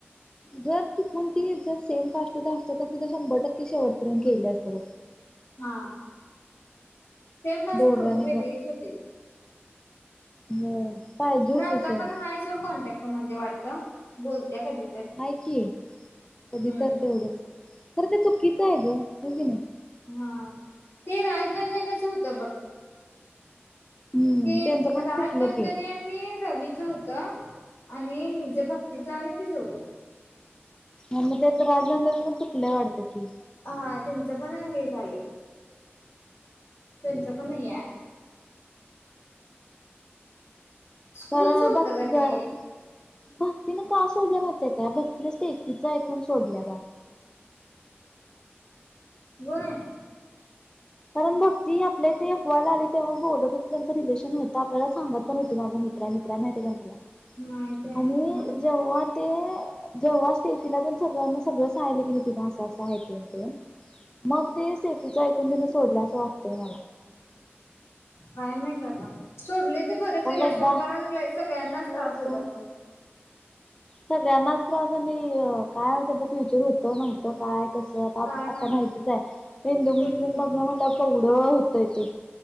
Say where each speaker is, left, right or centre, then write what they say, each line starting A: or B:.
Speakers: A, on the left; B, on the left.
A: जर चुकून ती जर सेम कास्टच असत तर तिला शंभर टक्के शेवटपर्यंत केली असती बघ.
B: हा- सेम कास्ट
A: दोघांनी
B: नव्हती वेगळीच
A: पण,
B: होती.
A: होय पाहिजे
B: खरं
A: होती
B: आता
A: सेम
B: पण हाय सोड कॉन्टॅक्ट मध्ये वाढतं बोलत्या कधी तर.
A: आहे की, कधी
B: हम्म.
A: तर तेवढंच तर ते चुकीचं आहे ग होय की नाही
B: हा ते राजनंदनेच होतं बघ
A: हम्म
B: हे
A: त्यांचं
B: राजनंदनी
A: पण तुटलं की
B: आणि रवी होत आणि हिच्या भक्तीच आणि तिचं होत
A: आणि मग ते राजनंदनी टिकल्या वाढत की
B: हा त्यांच पण हे झालंय, त्यांच पण नाही आहे आता स्कूलच
A: बर
B: होतं
A: भक्ती
B: का ते
A: काय भक्तीने का सोडल्या माहित्या काय भक्तीनेच टेफकीच ऐकून सोडल्या बा
B: व्हय.
A: कारण भक्ती आपल्या इथे यफ. वाय. ला आली तेव्हा बोलत हो त्यांचं रिलेशन होतं आपल्याला सांगत पण होती माझं मित्रा मित्रा माहिती का तुला,
B: माहिती आहे
A: आणि
B: मग
A: जेव्हा ते जेव्हा स्टेफीला सगळ्यांना सगळ सांगितली कणी तिन असं असं आहे ते मग ते शेतीच ऐकून तीन सोडलं असं वाटतंय मला.
B: काय माहित आता सोडले ते बर
A: कारण
B: केले
A: एकदा
B: कारण सगळ्यांनाच
A: होय
B: त्रास
A: सोड
B: होता तो.
A: सगळ्यांनाच त्रास आ आणि काय त्यांच फ्युचर होतं ना काय कस आता
B: काय
A: आता
B: माहित.
A: माहितीच आहे हिंदू
B: तेच
A: मुस्लिम
B: की
A: लग्न म्हणलं तेवढं होतय ते